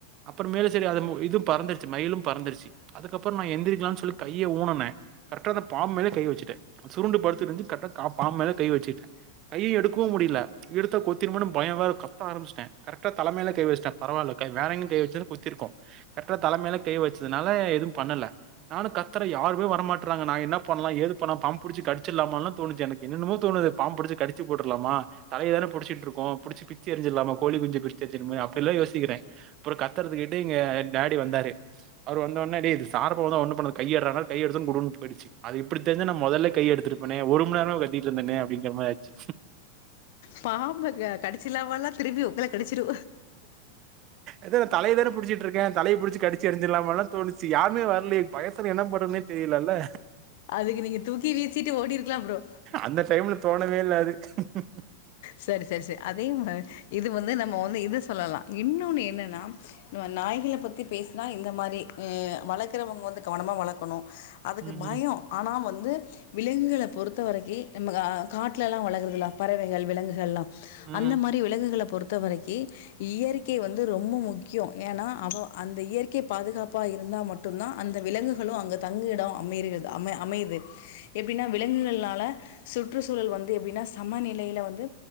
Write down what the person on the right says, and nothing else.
அப்புறோ மேல் செரி அது இது பறந்திருச்சி மயிலு பறந்துருச்சு அதுக்கப்புறோ நா எந்திரிக்கலானு சொல்லி கையை ஊனுனே கரெட்டா அந்த பாம்ப் மேல கை வெச்சுடே சுருண்டு படுத்துருந்த்ச் கரெட்டா காப் பாம்பு மேல கை வச்சிட்டே கை எடுக்கவு முடியில எடுத்தா கொத்திரும்மோனு பயோ வேறக் கத்த ஆரம்பிச்ட்டே கரெட்டா தல மேல கை வச்ட்டே பரவால்ல கை வேற எங்கு கை வச் சாக் கொத்திருக்கும் கர்ட்டா தல மேலக் கை வச்சதுனால எதும் பண்ணல நானும் கத்தற யாருமே வரமாட் றாங்க நாங்க என்னாப் பண்லாம் ஏது பண்ணாம் பாம்ப் புடிச்சு கடிச்சிட்லாமான்லாம் தோனிச்சி எனக்கு என்னெனமோ தோணுது பாம்ப் புடிச்சி கடிச்சிப் போட்றலாமா தலய வேற புடிச்சிட்ருக்கோம் புடிச்சி பிச்சி எரிஞ்சிர்லாமா கோழி குஞ்சி பிரிச்சி எத்திர் மாரி அப்டில்லா யோசிக்கிறேன் அப்புறோ கத்தறது கேட்டு எங்க டேடி வந்தாரு அவரு வந்த ஒட்னே டே சார் பாம்புதா ஒன்னு பண்ணாது கைய எட்றான்னாறு கைய எடுத்தோனு குடுகுடுன் பெய்டிச்சி அது இப்பிடி தெரிஞ்சா நா மொதல்லே கையே எடுத்துருப்பேனே ஒரு மண் நேரம் கத்திட்ருந்தேனே அப்டிங்கிற மாரி ஆச்சி
எது நான் தலைய தானே புடிச்சட்டு இருக்கேன் தலைய புடிச்சு கடிச்சி ஏறிஞ்சிடலாமான்னு தோணுச்சு யாருமே வரலேயே பயத்துல என்ன பண்றதுனே தெரியலல
அந்த <unintelligible>
ம்,
ம்,